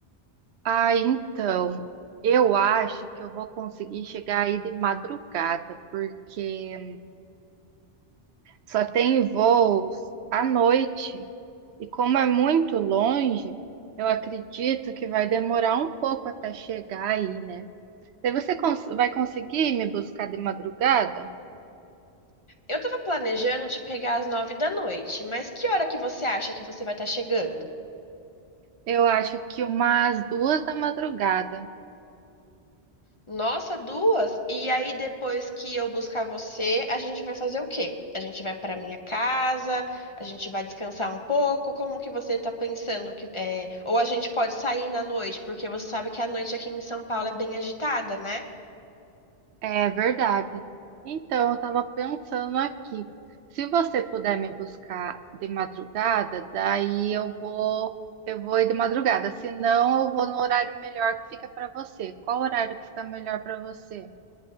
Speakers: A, on the right; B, on the left.
A: Ah, então, eu acho que eu vou conseguir chegar aí de madrugada, porque só tem voos à noite. E como é muito longe, eu acredito que vai demorar um pouco até chegar aí, né? Daí você cons- vai conseguir me buscar de madrugada?
B: Eu tava planejando te pegar às nove da noite, mas que hora que você acha que você vai estar chegando?
A: Eu acho que umas duas da madrugada.
B: Nossa, duas? E aí, depois que eu buscar você, a gente vai fazer o quê? A gente vai para minha casa, a gente vai descansar um pouco. Como que você tá pensando que é, ou a gente pode sair na noite, porque você sabe que a noite aqui em São Paulo é bem agitada, né?
A: É verdade. Então, eu estava pensando aqui. Se você puder me buscar de madrugada, daí eu vou, eu vou ir de madrugada. Se não, eu vou no horário melhor que fica para você. Qual horário que fica melhor para você?